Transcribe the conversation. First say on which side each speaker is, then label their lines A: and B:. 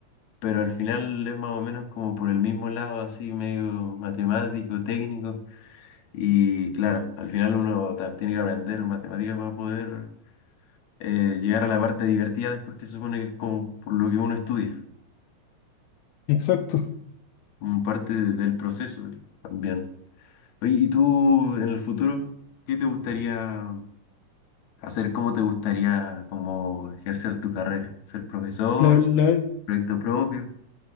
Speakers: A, on the left; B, on the left.
A: pero al final es más o menos como por el mismo lado, así medio matemático, técnico. Y claro, al final uno ta- tiene que aprender matemáticas para poder eh, llegar a la parte divertida después que se supone que es como por lo que uno estudia,
B: Exacto.
A: como parte de- del proceso también. Oye, ¿y tú en el futuro qué te gustaría hacer? ¿Cómo te gustaría como ejercer tu carrera? ¿Ser profesor?
B: La, la-
A: ¿Proyecto propio?